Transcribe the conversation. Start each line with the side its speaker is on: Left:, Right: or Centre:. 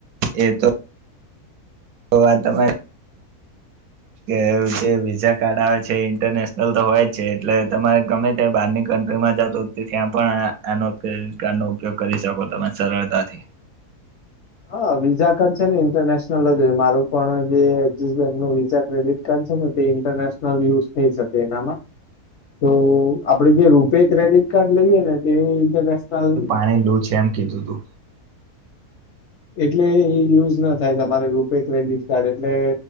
Right: એ તો એવા તો હોય કે જે વિઝા કાર્ડ આવે છે ઇન્ટરનેશનલ તો હોય જ છે એટલે તમારે ગમે તે બહારની કન્ટ્રીમાં જાવ તો ત્યાં પણ આનો ક્રેડિટ ઉપયોગ કરી શકો તમે સરળતાથી.
Left: હા વિઝા કાર્ડ છે ને ઇન્ટરનેશનલ જ હોય મારું પણ જે એક્સિક્સ બેંક નો વિઝા ક્રેડિટ કાર્ડ છે ને તે ઇન્ટરનેશનલ યુઝ થઈ શકે એનામાં તો આપણે જે રૂપે ક્રેડિટ કાર્ડ લઈએ ને તે ઇન્ટરનેશનલ
Right: આયલુ છે એમ કીધું તું
Left: એટલે એ યુઝ ના થાય તમારે રૂપે ક્રેડિટ કાર્ડ એટલે